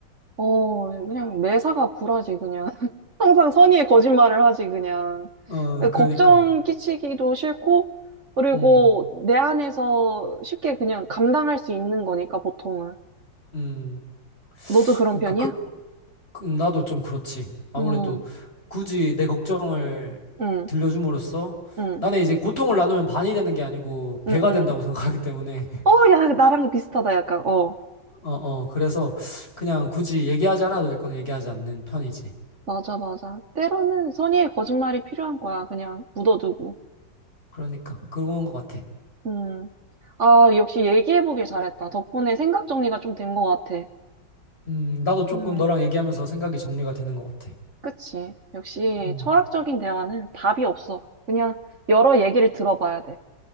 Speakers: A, on the right; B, on the left.
A: 어, 그냥 매사가 굴하지, 그냥. <laughs> 항상 선의의 거짓말을 하지, 그냥.
B: 어, 그러니까.
A: 걱정 끼치기도 싫고, 그리고
B: 음,
A: 내 안에서 쉽게 그냥 감당할 수 있는 거니까, 보통은.
B: 음.
A: 너도 그런
B: 그러니까
A: 편이야?
B: 그, 그, 나도 좀 그렇지. 아무래도
A: 응,
B: 굳이 내 걱정을
A: 응,
B: 들려줌으로써
A: 응,
B: 나는 이제 고통을 나누면 반이 되는 게 아니고 배가
A: 응, 응.
B: 된다고 생각하기 때문에 <laughs>
A: 어, 야, 나랑 비슷하다, 약간, 어.
B: 어, 어, 그래서 그냥 굳이 얘기하지 않아도 될 건 얘기하지 않는 편이지.
A: 맞아, 맞아. 때로는 선의의 거짓말이 필요한 거야. 그냥 묻어두고.
B: 그러니까 그런 것 같아.
A: 음. 아, 역시 얘기해보길 잘했다. 덕분에 생각 정리가 좀 된 것 같아.
B: 음, 나도 조금
A: 음,
B: 너랑 얘기하면서 생각이 정리가 되는 것 같아.
A: 그치. 역시
B: 음,
A: 철학적인 대화는 답이 없어. 그냥 여러 얘기를 들어봐야 돼.